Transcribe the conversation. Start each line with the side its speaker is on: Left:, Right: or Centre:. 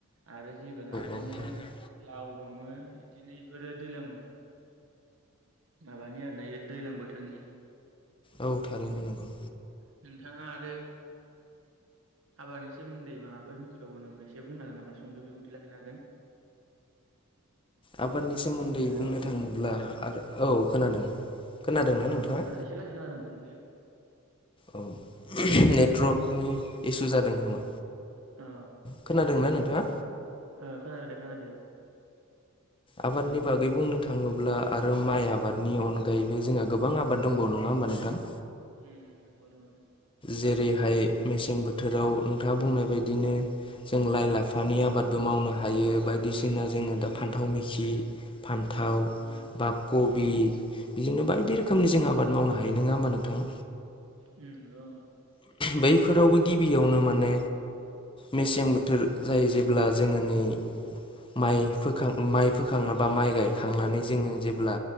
Right: आरो जोगोनार दङो
Left: औ थारैनो
Right: लाव दङो फ्राय इदिनो फोरो दैलां माबानि आरो ना बेयो दैज्लां बोथोरनि
Left: औ थारैनो नंगौ
Right: नोंथाङा आरो हाबानि सोमोन्दै माबाफोर मिथिबावगौ नामा एसे बुंनो हागोन नामा सुंद' बिबुंथि लाखिनो हागोन।
Left: आबादनि सोमोन्दै
Right: हेल'
Left: बुंनो थाङोब्ला आरो औ खोनादों खोनादोंना
Right: अ
Left: नोंथाङा
Right: खोना एसे लासै खोनादों नोंथांनिखौ
Left: औ नेटवर्कनि इसु जादों खोमा
Right: अ
Left: खोनादोंना नोंथाङा?
Right: ओ खोनादो दे खोनादो
Left: आबादनि बागै बुंनो थाङोब्ला आरो माइ आबादनि अनगायैबो जोंहा गोबां आबाद दंबावो नङा होमबा नोंथां?
Right: उम उम अ दोङो
Left: जेरैहाय मेसें बोथोराव नोंथाङा बुंनाय बायदिनो जों लाइ लाफानि आबादबो मावनो हायो बायदिसि ना जोंना जोङो
Right: उम
Left: दा फान्थाव मिखि फान्थाव
Right: उम
Left: बा कबि बिजोंनो बायदि रोखोमनि जों आबाद मावनो हायो नङा होमबा नोंथां?
Right: उम नंगौ
Left: बै फोरावबो गिबियावनो माने मेसें बोथोर जायो जेब्ला जोङो नै माइ फोखां माइ फोखङा बा माइ गायखांनानै जोङो जेब्ला